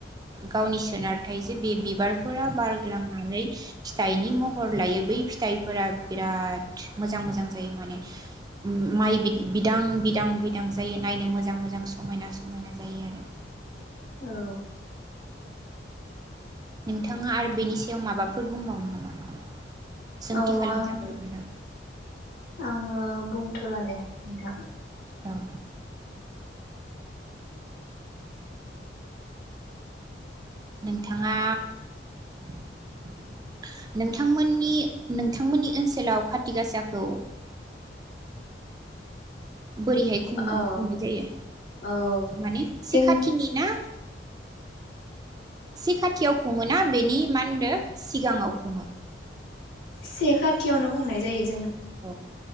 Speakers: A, on the right; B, on the left.
A: गावनि सोनारथायजों बे बिबारफोरा बार लांनानै फिथाइनि महर लायो बै फिथाइफोरा बिराद मोजां मोजां जायो माने माइ बिदां बिदां बिदां जायो नायनो मोजां मोजां समायना समायना जायो आरो
B: औ
A: नोंथाङा आरो बेनि सायाव माबाफोर बुंबावनो नामा? सोंथि
B: औ
A: खालामजाबावगोनदां
B: आं आङो बुं थला दे नोंथां
A: औ नोंथाङा <inaudible> नोंथांमोननि नोंथांमोननि ओनसोलाव खाथि गासाखौ बोरैहाय खुं
B: औ
A: खुंनाय जायो
B: औ
A: माने से
B: जों
A: खाथिनि ना? <inaudible> से खाथियाव खुङोना बेनि मा होनदों सिगाङाव खुङो
B: से खाथियावनो हमनाय जायो
A: अ औ